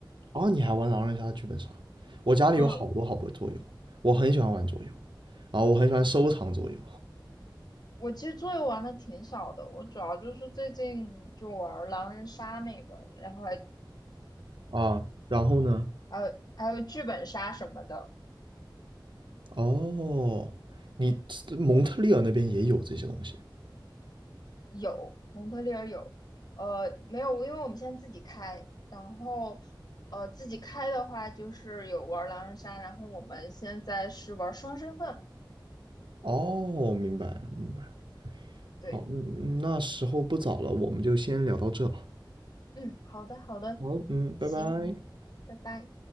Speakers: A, on the right; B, on the left.
A: 哦，你还玩狼人杀、剧本杀？我家里有好多好多桌游，
B: 嗯。
A: 我很喜欢玩桌游，啊，我很喜欢收藏桌游，
B: 我其实桌游玩的挺少的，我主要就是最近就玩儿狼人杀那个，然后还
A: <laughs> 啊，然后呢？
B: 还有还有剧本杀什么的，
A: 哦，你蒙特利尔那边也有这些东西。
B: 有蒙特利尔有，呃没有，因为我们现在自己开，然后呃自己开的话就是有玩儿狼人杀，然后我们现在是玩儿双身份，
A: 哦，明白了明白了
B: 对，
A: 好，嗯那时候不早了，我们就先聊到这吧。
B: 嗯，好的好的，
A: 好，嗯，拜拜。
B: 行，拜拜。